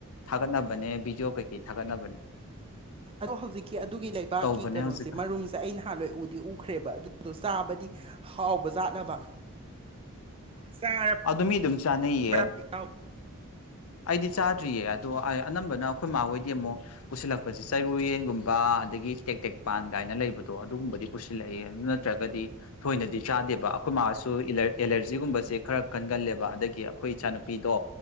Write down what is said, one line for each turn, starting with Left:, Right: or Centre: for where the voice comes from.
Left: ꯊꯥꯒꯠꯅꯕꯅꯦ ꯕꯤꯗꯤꯑꯣ ꯀꯩꯀꯩ ꯊꯥꯒꯠꯅꯕꯅꯦ
Right: ꯑꯗꯣ ꯍꯧꯖꯤꯛꯀꯤ ꯑꯗꯨꯒꯤ ꯂꯩꯕꯥꯛꯀꯤ
Left: ꯇꯧꯕꯅꯦ
Right: ꯀꯩꯅꯣꯁꯦ
Left: ꯍꯧꯖꯤꯛꯀꯥꯟ
Right: ꯃꯔꯨꯝ ꯑꯩ ꯅꯍꯥꯟꯋꯥꯏ ꯎꯗꯤ ꯎꯈ꯭ꯔꯦꯕ ꯑꯗꯨꯗꯣ ꯆꯥꯕꯗꯤ ꯍꯥꯎꯕꯖꯥꯠꯂꯕ <unintelligible>
Left: ꯑꯗꯨ ꯃꯤ ꯑꯗꯨꯝ ꯆꯥꯅꯩꯌꯦ ꯑꯩꯗꯤ ꯆꯥꯗ꯭ꯔꯤꯌꯦ ꯑꯗꯣ ꯑꯅꯝꯕꯅ ꯑꯩꯈꯣꯏ ꯃꯥꯍꯣꯏꯗꯤ ꯑꯃꯨꯛ ꯄꯨꯁꯤꯜꯂꯛꯄꯁꯦ ꯆꯔꯨꯌꯦꯟꯒꯨꯝꯕ ꯑꯗꯒꯤ ꯇꯦꯛ ꯇꯦꯛꯄꯥꯟ ꯒꯥꯏꯅ ꯂꯩꯕꯗꯣ ꯑꯗꯨꯒꯨꯝꯕꯗꯤ ꯄꯨꯁꯤꯜꯂꯛꯏꯑꯦ ꯑꯗꯨꯅ ꯅꯠꯇ꯭ꯔꯒꯗꯤ ꯊꯣꯏꯅꯗꯤ ꯆꯥꯗꯦꯕ ꯑꯩꯈꯣꯏ ꯃꯥꯁꯨ ꯑꯦꯂꯔꯖꯤꯒꯨꯝꯕꯁꯦ ꯈꯔ ꯀꯟꯒꯜꯂꯦꯕ ꯑꯗꯒꯤ ꯑꯩꯈꯣꯏ ꯏꯆꯥꯅꯨꯄꯤꯗꯣ